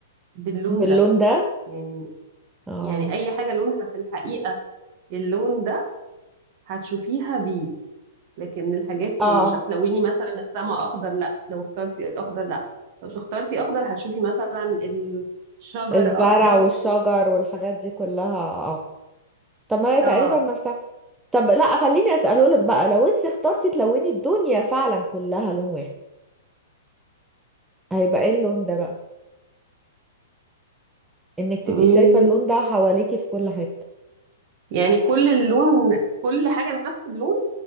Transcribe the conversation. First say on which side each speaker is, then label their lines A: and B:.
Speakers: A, on the right; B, in the centre.
A: باللون
B: باللون
A: ده
B: ده
A: يعني
B: اه
A: يعني اي حاجه لونها في الحقيقه اللون ده هتشوفيها بيه لكن الحاجات
B: اه
A: يعني مش هتلوني مثلا السما اخضر لا لو اخترتي اخضر لا لو مش اخترتي اخضر هتشوفي مثلا الشجر
B: الزرع
A: اخضر
B: والشجر والحاجات دي كلها اه طب ما هي تقريبا
A: اه
B: نفسها طب لا خليني اساله
A: آه.
B: لك بقى لو انت اخترتي تلوني الدنيا فعلا كلها لون واحد هيبقى ايه اللون ده بقى انك تبقي
A: أمم،
B: شايفة اللون ده حواليكي في كل حتة
A: يعني كل اللون كل حاجه نفس اللون